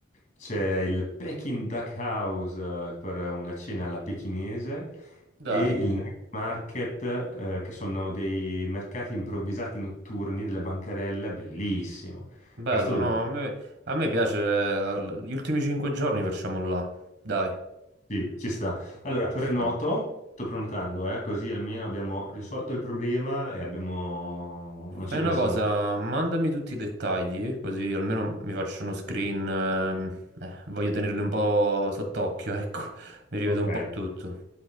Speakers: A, on the left; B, on the right.
A: C'è il Peking Duck House eh, per una cena alla pechinese
B: dai.
A: e il night market, eh, che sono dei mercati improvvisati notturni delle bancarelle, bellissimo.
B: Bello,
A: Questo dobbiamo
B: no, a me, a me piace, eh, l- gli ultimi cinque giorni facciamo là, dai,
A: Sì, ci sta. Allora,
B: ci
A: prenoto,
B: sta.
A: sto prenotando, eh, così almeno abbiamo risolto il problema e abbiamo... non ci
B: Fai
A: pensiamo.
B: una cosa, mandami tutti i dettagli, così almeno mi faccio uno screen, ehm, eh, voglio tenerli un po' sott'occhio, <laughs> ecco, mi rivedo
A: Ok,
B: un po' tutto.